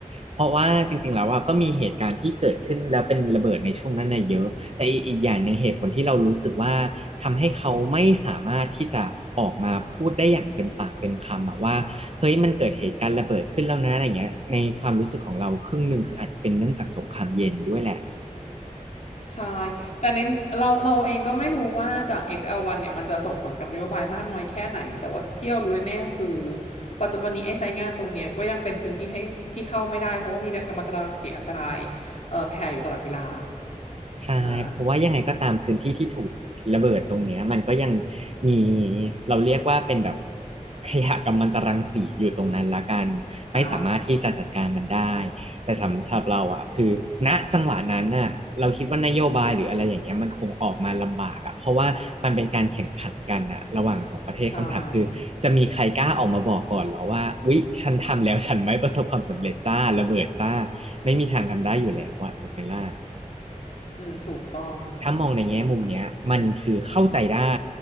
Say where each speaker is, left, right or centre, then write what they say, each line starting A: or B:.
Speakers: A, on the right (about 50°); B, on the left (about 60°).
A: เพราะว่าจริงๆแล้วว่าก็มีเหตุการณ์ที่เกิดขึ้นแล้วเป็นระเบิดในช่วงนั้นน่ะเยอะ แต่อีกอีกอย่างหนึ่งเหตุผลที่เรารู้สึกว่าทำให้เขาไม่สามารถที่จะออกมาพูดได้อย่างเต็มปากเต็มคำอะว่าเฮ้ยมันเกิดเหตุการณ์ระเบิดขึ้นแล้วนะอะไรเงี้ยในความรู้สึกของเราครึ่งหนึ่งคืออาจจะเป็นเนื่องจากสงครามเย็นด้วยแหละ
B: ใช่ แต่ในเราเราเองก็ไม่รู้ว่าจาก SL1 เนี่ยมันจะส่งผลกับนโยบายมากน้อยแค่ไหน แต่ว่าเที่ยวรู้แน่ๆคือปัจจุบันนี้ไอ้ไซต์งานตรงเนี้ยก็ยังเป็นพื้นที่ให้ที่เข้าไม่ได้เพราะว่ามีกัมมันตรังสีอันตรายเอ่อแผ่อยู่ตลอดเวลา
A: ใช่เพราะว่ายังไงก็ตามพื้นที่ที่ถูกระเบิดตรงเนี้ยมันก็ยัง
B: นะ
A: มีเราเรียกว่าเป็นแบบขยะกัมมันตรังสีอยู่ตรงนั้นละกันไม่สามารถที่จะจัดการมันได้
B: <laughs> ใช่
A: แต่สำหรับเราอ่ะคือณจังหวะนั้นน่ะเราคิดว่านโยบายหรืออะไรอย่างเงี้ยมันคงออกมาลำบากอ่ะเพราะว่ามันเป็นการแข่งขันกันอ่ะระหว่างสองประเทศคำถามคือจะมีใครกล้าออกมาบอกก่อนเหรอว่าวิฉันทำแล้วฉันไม่ประสบความสำเร็จจ้าระเบิดจ้า
B: ใช่
A: ไม่มีทางทำได้อยู่แล้วอ่ะถูกไหมล่ะ
B: อืมถูกต้อง
A: ถ้ามองในแง่มุมเนี้ยมันคือเข้าใจได้